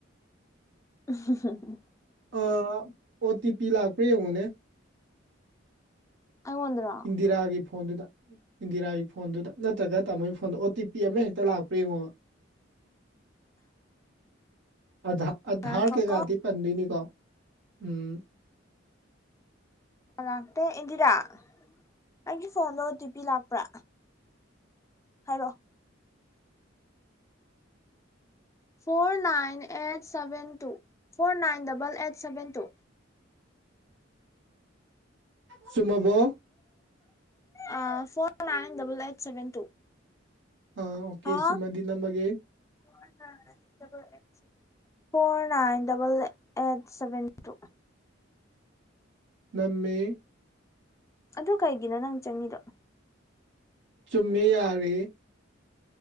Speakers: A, on the left; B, on the right.
A: ꯎ
B: ꯑꯣ ꯇꯤ ꯄꯤ ꯂꯥꯛꯄ꯭ꯔꯥ ꯌꯦꯡꯉꯣꯅꯦ
A: ꯑꯩꯉꯣꯟ꯭ꯗꯔꯥ
B: ꯗꯤꯔꯥꯒꯤ ꯐꯣꯟꯗꯨꯗ ꯏꯟꯗꯤꯔꯥꯒꯤ ꯐꯣꯟꯗꯨꯗ ꯅꯠꯇ꯭ꯔꯒ ꯇꯥꯃꯣꯒꯤ ꯐꯣꯟꯗ ꯑꯣ ꯇꯤ ꯄꯤ ꯑꯃ ꯍꯦꯛꯇ ꯂꯥꯛꯄ꯭ꯔꯥ ꯌꯦꯡꯉꯣꯕ ꯑꯙꯥ ꯑꯙꯔ
A: ꯉꯥꯏꯈꯣꯀꯣ
B: ꯀꯩꯒꯗꯤ ꯄꯟꯗꯣꯏꯅꯤꯀꯣ ꯎꯝ
A: ꯂꯥꯛꯇꯦ ꯏꯟꯗꯤꯔꯥ ꯅꯪꯒꯤ ꯐꯣꯟꯗ ꯑꯣ ꯇꯤ ꯄꯤ ꯂꯥꯛꯄ꯭ꯔꯥ ꯍꯥꯏꯔꯣ four nine eight seven two four nine double eight seven two
B: ꯆꯨꯝꯃꯥꯕꯣ
A: ꯑ four nine double eight seven two
B: ꯑ ꯑꯣꯀꯦ
A: ꯍꯥ
B: ꯆꯨꯝꯃꯗꯤ ꯅꯝꯃꯒꯦ
A: <unintelligible> four nine double eight seven two
B: ꯅꯝꯃꯦ
A: ꯑꯗꯨ ꯀꯩꯒꯤꯅꯣ ꯅꯪ ꯆꯪꯉꯤꯗꯣ
B: ꯆꯨꯝꯃꯦ ꯌꯥꯔꯦ